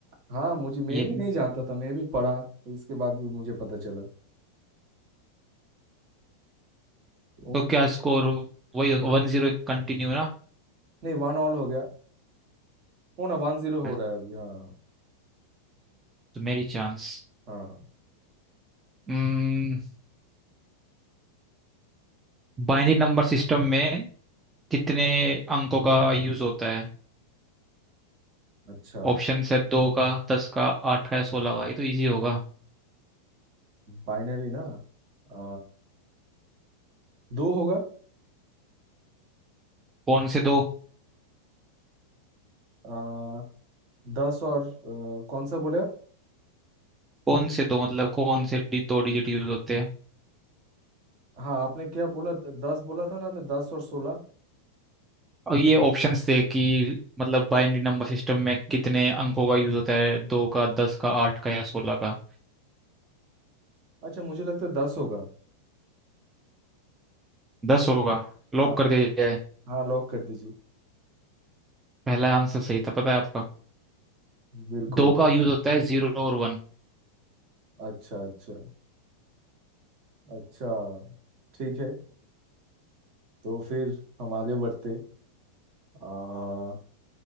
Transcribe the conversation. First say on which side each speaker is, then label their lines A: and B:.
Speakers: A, on the right (about 45°); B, on the right (about 15°).
A: हाँ मुझे मैं
B: ये
A: भी नहीं जानता था मैं भी पढ़ा इसके बाद भी मुझे पता चला उनका
B: तो क्या स्कोर वही वन जीरो कंटिन्यू ना
A: नहीं वन ऑल हो गया ओ ना वन जीरो
B: तो
A: हो रहा है अभी हाँ
B: मेरी चांस
A: हाँ हाँ
B: हम्म, बाइनरी नंबर सिस्टम में कितने अंकों का यूज होता है
A: अच्छा
B: ऑप्शन है दो का दस का आठ का या सोलह का ये तो इजी होगा
A: बाइनरी ना आ, दो होगा
B: कौन से दो
A: आ, दस और आ, कौन सा बोले आप
B: कौन से दो मतलब कौन से डि, दो डिजिट यूज होते हैं
A: हाँ आपने क्या बोला द- दस बोला था ना आपने दस और सोलह
B: और ये ऑप्शंस थे कि मतलब बाइनरी नंबर सिस्टम में कितने अंकों का यूज होता है दो का दस का आठ का या सोलह का
A: अच्छा मुझे लगता है दस होगा
B: दस होगा लॉक
A: हाँ
B: कर दिया जाए
A: हाँ लॉक कर दीजिए
B: पहला आंसर सही था पता है आपका
A: बिल्कुल
B: दो
A: बिल्कुल
B: का यूज होता है जीरो और वन
A: अच्छा अच्छा अच्छा ठीक है तो फिर हम आगे बढ़ते आ,